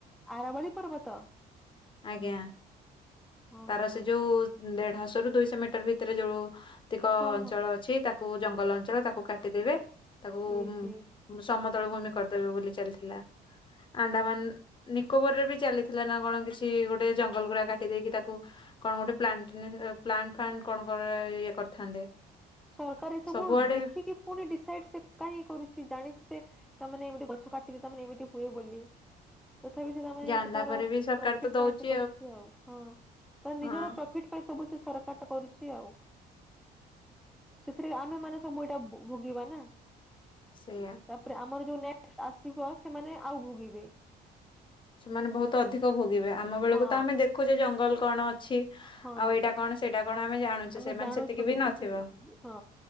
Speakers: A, in the centre; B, on the left (about 30°).
A: ଆରାବଳି ପର୍ବତ
B: ଆଜ୍ଞା।
A: ହଁ
B: ତାର
A: ହଁ
B: ସେ ଯୋଉ ଦେଢଶହ ରୁ ଦୁଇଶହ ମିଟର ଭିତରେ ଯୋଉ ଯେଉତିକ
A: ହଁ ହଁ
B: ଅଛି ତାକୁ ଜଙ୍ଗଲ ଅଞ୍ଚଳ, ତାକୁ କାଟିଦେବେ ତାକୁ
A: ଏ ହେ
B: ସମତଳ ଭୂମି କରିଦେବେ ବୋଲି ଚାଲିଥିଲା ଆଣ୍ଡାମାନ ନିକୋବର ରେ ବି ଚାଲିଥିଲା ନା କଣ କିଛି ଗୋଟେ ଜଙ୍ଗଲ ଗୁଡା କାଟି ଦେଇେଇକି ତାକୁ କଣ ଗୋଟେ ପ୍ଲାଣ୍ଟ ଫାଲଣ୍ଟ କଣ ଗୋଟେ ଇଏ କରିଥାନ୍ତେ।
A: ସରକାର ଏ ସବୁ
B: ସବୁଆଡେ
A: ଦେଖିକି ପୁଣି ଡିସାଇଡ୍ ସେ କାହିଁଁ କରୁଛି ଜାଣିଛି ସେ ତାମାନେ ଏମିତି ଗଛ କାଟିଲେ ତାମାନେ ଏମିତି ହୁଏ ବୋଲି। ତଥାପି ସେ ତମେ
B: ଜାଣିଲା
A: ଏଇଟା ତାର
B: ପରେ ବି ସରକାର
A: ପ୍ରଫିଟ୍
B: ତ ଦଉଛି
A: ପାଇଁ ସେ କରୁଛୁ ଆଉ ହଁ। ତ
B: ହଁ।
A: ନିଜର ପ୍ରଫିଟ୍ ପାଇଁ ସବୁ ସେ ସରକାରଟା କରୁଛି ଆଉ। ସେଥିରେ ଆମେ ମାନେ ସବୁ ଏଇଟା ଭୋଗିବା ନା।
B: ସେଇୟା।
A: ତାପରେ ଆମର ଯୋଉ ନେକ୍ସଟ୍ ଆସିବ ସେମାନେ ଆଉ ଭୋଗିବେ।
B: ସେମାନେ ବହୁତ ଅଧିକ ଭୋଗିବେ, ଆମ ବେଳକୁ
A: ହଁ
B: ତ ଆମେ ଦେଖୁଛେ ଜଙ୍ଗଲ କଣ ଅଛି,
A: ହଁ
B: ଆଉ ଏଇଟା କଣ ସେଇଟା କଣ ଆମେ ଜାଣୁଛେ
A: ଆମେ
B: ସେମାନେ
A: ଜାଣୁଛୁ
B: ସେତିକି
A: ଟିକେ
B: ବି ନଥିବ।
A: ସେ ହଁ